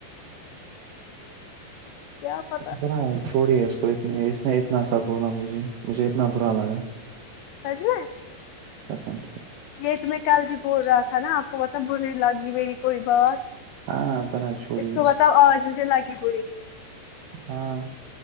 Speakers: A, on the left; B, on the right.
A: کیا پتا
B: ب چھوڑی اس کو اتنے اس نے اتنا سا بولا مجھے مجھے اتنا برا لگا
A: <unintelligible>
B: <unintelligible>
A: یہی تو میں کل بھی بول رہا تھا نا آپ کو پتب بری لگی میری کوئی بات
B: ہاں ذرا چھوڑیے
A: اس کو بتاؤ آج مجھے لگی پی
B: ہاں